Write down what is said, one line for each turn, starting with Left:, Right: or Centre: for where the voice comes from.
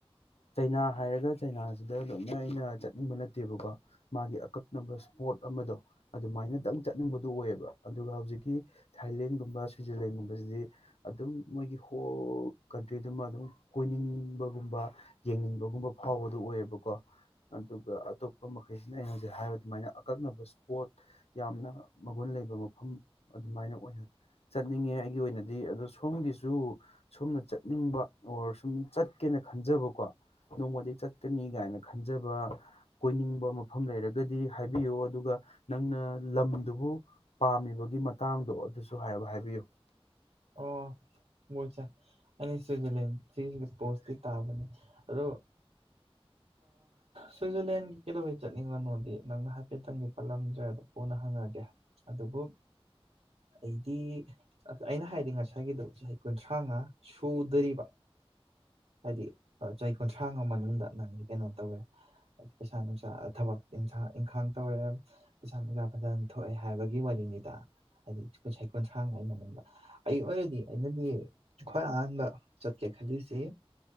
Left: ꯆꯩꯅꯥ ꯍꯥꯏꯔꯒ ꯆꯩꯅꯥꯁꯤꯗ ꯂꯣꯏꯅ ꯑꯩꯅ ꯆꯠꯅꯤꯡꯕ ꯅꯠꯇꯦꯕꯀꯣ ꯃꯥꯒꯤ ꯅꯝꯕ ꯁ꯭ꯄꯣꯠ ꯑꯃꯗꯣ ꯑꯗꯨꯃꯥꯏꯅꯗꯪ ꯆꯠꯅꯤꯡꯕꯗꯨ ꯑꯣꯏꯌꯦꯕ ꯑꯗꯨꯒ ꯍꯧꯖꯤꯛꯀꯤ ꯊꯥꯏꯂꯦꯟꯒꯨꯝꯕ ꯁ꯭ꯋꯤꯖꯔꯂꯦꯟꯒꯨꯝꯕꯁꯤꯗꯤ ꯑꯗꯨꯝ ꯃꯣꯏꯒꯤ ꯍꯣꯜ ꯀꯟꯇ꯭ꯔꯤꯗꯨꯃ ꯑꯗꯨꯝ ꯀꯣꯏꯅꯤꯡꯕꯒꯨꯝꯕ ꯌꯦꯡꯅꯤꯡꯕꯒꯨꯝꯕ ꯐꯥꯎꯕꯗꯨ ꯑꯣꯏꯌꯦꯕꯀꯣ ꯑꯗꯨꯒ ꯑꯇꯣꯞꯄ ꯃꯈꯩꯁꯤꯅ ꯑꯩꯅ ꯍꯧꯖꯤꯛ ꯍꯥꯏ ꯁꯃꯥꯏꯅ ꯑꯀꯛꯅꯕ ꯏꯁꯄꯣꯠ ꯌꯥꯝꯅ ꯃꯒꯨꯟ ꯂꯩꯕ ꯃꯐꯝ ꯑꯗꯨꯃꯥꯏꯅ ꯑꯣꯏꯅ ꯆꯠꯅꯤꯡꯉꯦ ꯑꯩꯒꯤ ꯑꯣꯏꯅꯗꯤ ꯑꯗꯣ ꯁꯣꯝꯒꯤꯁꯨ ꯁꯣꯝꯅ ꯆꯠꯅꯤꯡꯕ ꯑꯣꯔ ꯁꯨꯝ ꯆꯠꯀꯦꯅ ꯈꯟꯖꯕꯀꯣ ꯅꯣꯡꯃꯗꯤ ꯆꯠꯀꯅꯤ ꯀꯥꯏꯅ ꯈꯟꯖꯕ ꯀꯣꯏꯅꯤꯡꯕ ꯃꯐꯝ ꯂꯩꯔꯒꯗꯤ ꯍꯥꯏꯕꯤꯌꯨ ꯑꯗꯨꯒ ꯅꯪꯅ ꯂꯝꯗꯨꯕꯨ ꯄꯥꯝꯃꯤꯕꯒꯤ ꯃꯇꯥꯡꯗꯣ ꯑꯗꯨꯁꯨ ꯍꯥꯏ ꯍꯥꯏꯕꯤꯌꯨ꯫
Right: ꯑꯣ ꯃꯣꯏꯁꯦ ꯑꯩꯅ ꯁ꯭ꯋꯤꯖꯔꯂꯦꯟ ꯁꯤꯁꯤ ꯄꯣꯁꯇꯤ ꯇꯥꯕꯅꯦ ꯑꯗꯣ ꯁ꯭ꯋꯤꯖꯔꯂꯦꯟꯒꯤ ꯀꯩꯗꯧꯕꯩ ꯆꯅꯤꯡꯕꯅꯣꯗꯤ ꯅꯪꯅ ꯍꯥꯏꯐꯦꯠꯇꯪꯒꯤ ꯄꯜꯂꯝꯗ꯭ꯔꯦ ꯑꯗꯣ ꯀꯣꯟꯅ ꯍꯪꯉꯒꯦ ꯑꯗꯨꯕꯨ ꯑꯩꯗꯤ ꯑꯩꯅ ꯍꯥꯏ ꯍꯥꯏꯗꯤ ꯉꯁꯥꯏꯒꯤꯗꯨꯣ ꯆꯍꯤ ꯀꯨꯟꯊ꯭ꯔꯥꯉꯥ ꯁꯨꯗꯔꯤꯕ ꯍꯥꯏꯗꯤ ꯆꯍꯤ ꯀꯨꯟꯊ꯭ꯔꯥꯉꯥ ꯃꯅꯨꯡꯗ ꯅꯪꯗꯤ ꯀꯩꯅꯣ ꯇꯧꯋꯦ ꯍꯥꯏꯗꯤ ꯄꯩꯁꯥ ꯅꯨꯡꯁꯥ ꯊꯕꯛꯥꯡ ꯏꯪꯈꯥꯡ ꯇꯧꯔꯦ ꯄꯩꯁꯥ ꯅꯨꯡꯁꯥ ꯐꯖꯅ ꯊꯣꯛꯑꯦ ꯍꯥꯏꯕꯒꯤ ꯋꯥꯔꯤꯅꯤꯗ ꯍꯥꯏꯗꯤ ꯆꯍꯤ ꯀꯨꯟꯊ꯭ꯔꯥꯉꯥꯒꯤ ꯃꯃꯟꯗ ꯑꯩ ꯑꯣꯏꯔꯗꯤ ꯑꯩꯅꯗꯤ ꯈ꯭ꯋꯥꯏ ꯑꯍꯥꯟꯕ ꯆꯠꯀꯦ ꯈꯜꯂꯤꯁꯤ